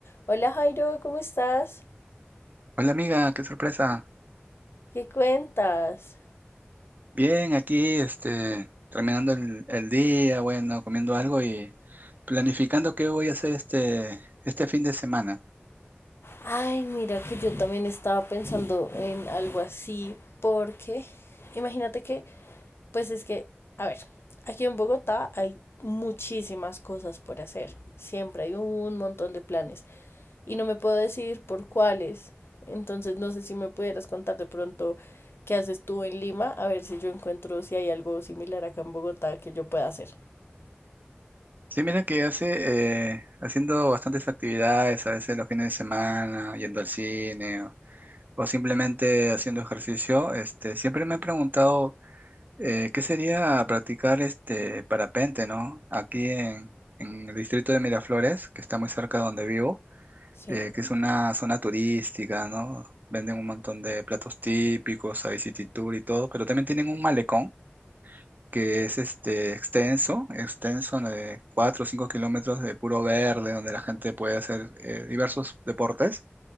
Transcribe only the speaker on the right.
Hola amiga, qué sorpresa.
Bien, aquí, este, terminando el, el día, bueno, comiendo algo y planificando qué voy a hacer este, este fin de semana.
Sí, mira que hace, eh, haciendo bastantes actividades, a veces los fines de semana, yendo al cine o, o simplemente haciendo ejercicio, este, siempre me he preguntado eh, qué sería practicar este parapente, ¿no? Aquí en, en el distrito de Miraflores, que está muy cerca de donde vivo.
eh, que es una zona turística, ¿no? Venden un montón de platos típicos, hay city tour y todo, pero también tienen un malecón que es este extenso, extenso ¿no? de 4 o 5 kilómetros de puro verde, donde la gente puede hacer eh, diversos deportes.